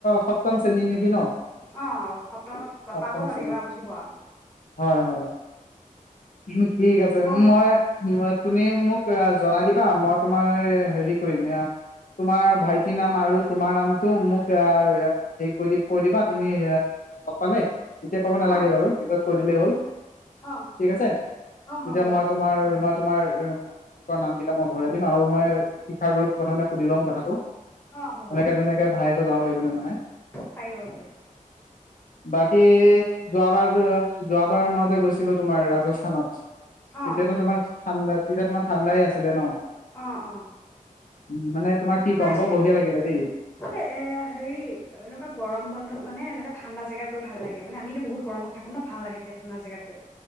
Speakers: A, on the left; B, on the left.
A: সপ্তম শ্ৰেণী নেকি ন
B: অ সপ্তমত
A: সপ্তম
B: পাব মানে
A: শ্ৰেণী
B: এইবাৰ উঠিব আৰু
A: হয় হয় উম ঠিক আছে
B: ক
A: মই তুমি মোক জনাই দিবা মই তোমাৰ হেৰি কৰিম তোমাৰ ভাইটিৰ নাম আৰু তোমাৰ নামটো মোক এ হেৰি কৰি কৈ দিবা তুমি লগ পালে এতিয়া ক'ব নালাগে
B: ন
A: বাৰু ভিতত কৈ দিলেই হ'ল
B: অ
A: ঠিক আছে
B: অ
A: তেতিয়া
B: হ'ব
A: মই তোমাৰ তোমাৰ লোকৰ নামকেইটা মই ভৰাই দিম আৰু মই শিক্ষাগুৰু প্ৰধানক সুধ লম কথাটো
B: অ হ'ব
A: তেনেকে তেনেকে ভায়েকে যাব পাৰিবনে মানে
B: পাৰিব হ'ব দিয়া
A: বাকী যোৱাবাৰ যোৱাবাৰ মত গৈছিলো তোমাৰ ৰাজস্থানত
B: অ
A: তেতিয়াতো তোমাৰ ঠাণ্ডাত তেতিয়া তোমাৰ ঠাণ্ডাই আছিলে ন
B: অ অ
A: উ মানে তোমাৰ কি
B: নাইছে
A: কম বৰ বঢ়িয়া লাগিলে দেই
B: এ এ হেৰি এনেকুৱা গৰম বন্ধত মানে এনেকা থা ঠণ্ডা জেগাত গৈ ভাল লাগো মানে বহুত গৰমত থাকো ন ভাল লাগে ঠাণ্ডা জেগাত গৈ